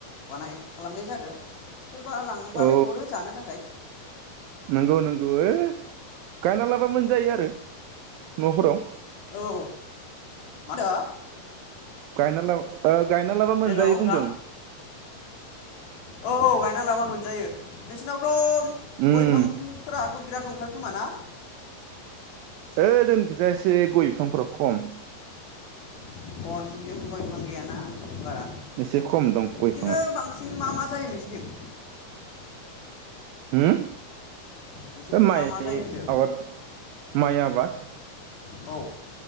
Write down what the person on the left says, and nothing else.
बानाय खालामनाय जादों सोरबा लांबालाय
हरो जानो थाखाय
औ मा होनदो
हेलौ
नोंथां औ औ गायना लाबा मोनजायो नोंसिनावथ
गय बिफांफोराथ बिराद दंथारोखोमा ना
अ नोंसोरनिथिं गय बिफां गैयाना बारा
बिदिनो
बांसिन मा मा जायो नोंसिनिथिं
नोंसिनिथिं
मा मा जायो होनदो
औ